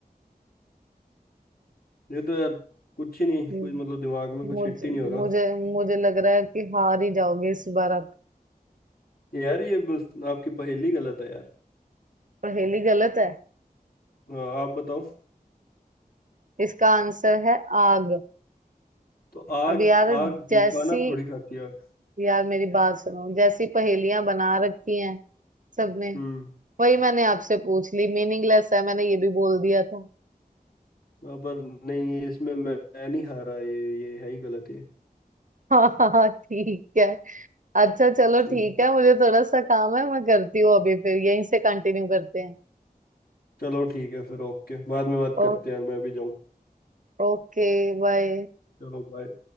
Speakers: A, on the left; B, on the right.
A: ये तो यार कुछ ही नहीं
B: हम्म,
A: कुछ मतलब दिमाग में कुछ
B: मुझे
A: हिट ही नहीं हो रहा
B: मुझे मुझे लग रहा है कि हार ही जाओगे इस बार आप
A: यार ये बस आपकी पहेली गलत है यार
B: पहेली गलत है
A: हाँ आप बताओ
B: इसका आंसर है आग
A: तो आग
B: अब यार
A: आग
B: जैसी
A: खाना थोड़ी खाती है आग
B: यार मेरी बात सुनो जैसी पहेलियां बना रखी हैं सबने
A: हम्म
B: वही मैंने आपसे पूछ ली मीनिंगलेस है मैंने ये भी बोल दिया था
A: हाँ, पर नहीं ये इसमें मैं, मैं नहीं हारा ये ये है ही गलत ये
B: हाँ हाँ हाँ, ठीक है अच्छा चलो ठीक
A: हम्म,
B: है मुझे थोड़ा सा काम है मैं करती हूँ अभी फिर यहीं से कंटिन्यू करते हैं
A: चलो ठीक है फिर ओके बाद में बात
B: ओ,
A: करते हैं यार मैं भी जाऊँ
B: ओके बाय
A: चलो बाय